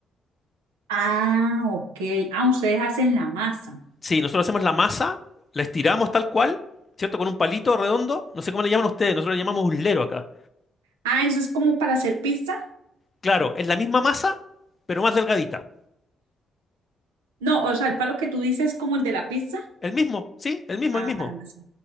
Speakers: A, on the right; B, on the left.
A: Ah, ok. Ah, ustedes hacen la masa.
B: Sí, nosotros hacemos la masa, la estiramos tal cual, ¿cierto? Con un palito redondo, no sé cómo le llaman ustedes, nosotros le llamamos uslero acá.
A: Ah, eso es como para hacer pizza.
B: Claro, es la misma masa, pero más delgadita.
A: No, o sea, el palo que tú dices es como el de la pizza.
B: El mismo, sí, el mismo,
A: Ah,
B: el mismo.
A: para masa.